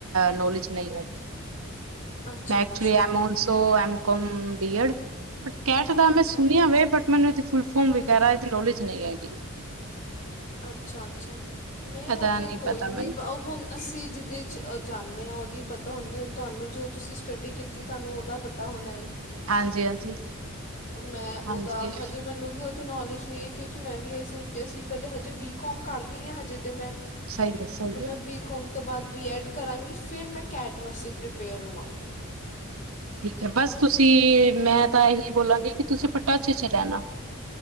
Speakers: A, on the right (about 70°); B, on the left (about 35°).
A: ਨੌਲੇਜ ਨਹੀਂ ਹੈਗੀ।
B: ਅੱਛਾ
A: ਐਚੁਲੀ
B: ਅੱਛਾ
A: ਐਮ ਆਲਸੋ ਹੂੰ ਡਿਅਰ ਬਟ ਕੈਟ ਦਾ
B: ਅੱਛਾ
A: ਮੈਂ ਸੁਣਿਆ
B: ਅੱਛਾ
A: ਵੇ ਬਟ ਮੈਨੂੰ ਇਹਦੀ ਫੁਲ ਫੋਰਮ ਵਗੈਰਾ ਇਹਦੀ ਨੌਲੇਜ ਨਹੀਂ ਹੈਗੀ। <unintelligible>
B: ਅੱਛਾ ਅੱਛਾ ਨਹੀਂ
A: ਇਹਦਾ
B: ਉਹ ਤੇ
A: ਨਹੀਂ
B: ਕੋਈ
A: ਪਤਾ
B: ਨੀ
A: ਮੈਨੂੰ
B: ਹੁਣ ਅਸੀਂ ਜਿਹਦੇ ਚ ਜਾਂਦੇ ਹਾਂ ਉਹਦੀ ਪਤਾ ਹੁੰਦੀ ਹੁੰਦੀ ਤੁਹਾਨੂੰ ਜੋ ਤੁਸੀਂ ਸਟੱਡੀ ਕੀਤੀ ਤੁਹਾਨੂੰ ਉਹਦਾ ਪਤਾ ਤਾਂ ਉਹਨੇ
A: ਹਾਂਜੀ, ਹਾਂਜੀ,
B: ਮੈਂ ਉਹਦਾ
A: ਹਾਂਜੀ ਸਹੀ
B: ਹਜੇ ਮੈਨੂੰ ਵੀ ਉਹਦੀ ਨੌਲੇਜ ਨਹੀਂ ਕਿਉਂਕਿ ਮੈਂ ਵੀ ਇਹ ਸੋਚਿਆ ਸੀ ਪਹਿਲੇ ਹਜੇ ਬੀ-ਕਾਮ ਕਰ ਰਹੀ ਹਾਂ ਹਜੇ ਤੇ ਮੈਂ
A: ਸਹੀ ਹੈ ਸਹੀ
B: ਹੁਣ
A: ਹੈ।
B: ਮੈਂ ਬੀ ਕੋਮ ਤੋਂ ਬਾਅਦ ਬੀ ਐਡ ਕਰਾਂਗੀ ਫਿਰ ਮੈਂ ਕੈਟ ਵਾਸਤੇ ਪ੍ਰਪੇਅਰ ਹੋਵਾਂਗੀ।
A: ਠੀਕ ਹੈ ਬਸ ਤੁਸੀਂ ਮੈਂ ਤਾਂ ਇਹੀ ਬੋਲਾਂਗੇ ਕਿ ਤੁਸੀਂ ਪਟਾਚੇ ਚ ਲੈਣਾ।